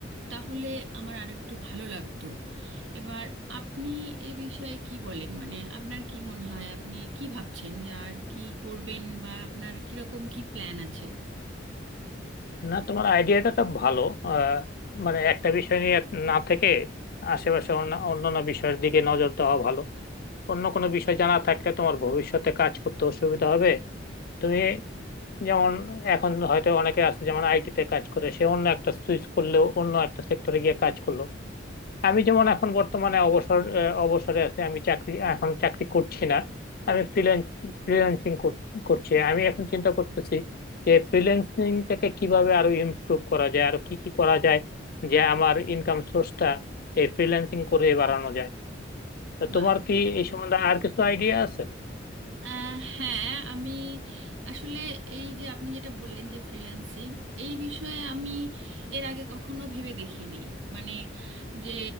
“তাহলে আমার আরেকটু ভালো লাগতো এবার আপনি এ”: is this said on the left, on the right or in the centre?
Right